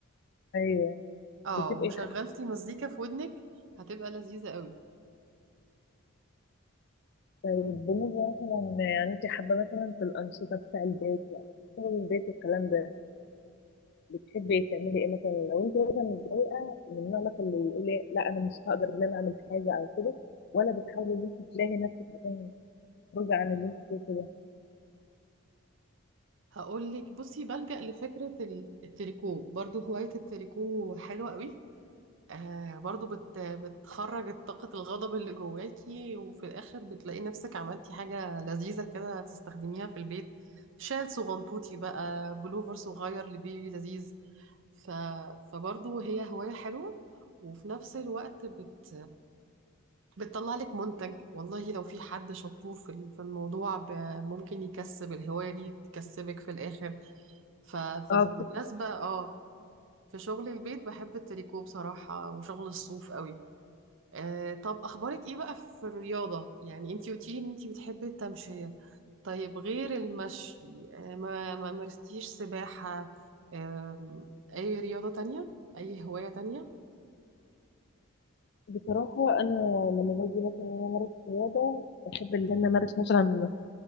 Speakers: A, on the left; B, on the right.
A: ايوه
B: اه
A: بتبقى
B: وشغلتي
A: حاجه
B: مزيكا في ودنك هتبقى لذيذة قوي
A: طيب بالنسبه مثلا يعني انت حابه مثلا في الانشطه بتاع البيت يعني شغل البيت والكلام ده بتحبي تعملي ايه مثلا لو انت مثلا متضايقه من النوع مثلا اللي يقول لا انا مش هقدر ان انا اعمل حاجه او كده ولا بتحاولي ان انت تلاقي نفسك عشان تخرجي عن اللي انت فيه كده
B: هقول لك بصي بلجأ لفكرة ال- التريكو برضو هواية التريكو حلوة قوي آه برضو بت بتخرج طاقة الغضب اللي جواكي وفي الآخر بتلاقي نفسك عملتي حاجة لذيذة كده تستخدميها في البيت شال صغنطوطي بقى بلوفر صغير لبيبي لذيذ ف فبرضو هي هواية حلوة وفي نفس الوقت بت بتطلع لك منتج والله لو في حد شطور في ال- في الموضوع ب- ممكن يكسب الهواية دي تكسبك في الآخر ف... ف-
A: اه
B: فبالنسبة
A: بت-
B: اه في شغل البيت بحب التريكو بصراحة وشغل الصوف قوي آه طب أخبارك إيه بقى في الرياضة؟ يعني أنتي قلتيلي إن أنتي بتحبي التمشية طيب غير المشي آه ما ما مارستيش سباحة آه أي رياضة تانية؟ أي هواية تانية؟
A: بصراحه انا لما باجي مثلا ان انا امارس رياضه بحب ان انا امارس مثلا